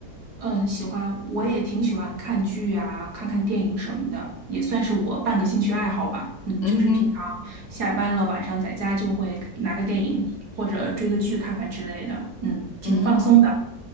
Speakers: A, on the right (about 65°); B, on the left (about 55°).
A: 嗯，喜欢，我也挺喜欢看剧啊，看看电影什么的，也算是我半个兴趣爱好吧。嗯，
B: 嗯哼，
A: 就是平常下班了，晚上在家就会拿个电影或者追个剧看看之类的。嗯，挺放松的。
B: 嗯。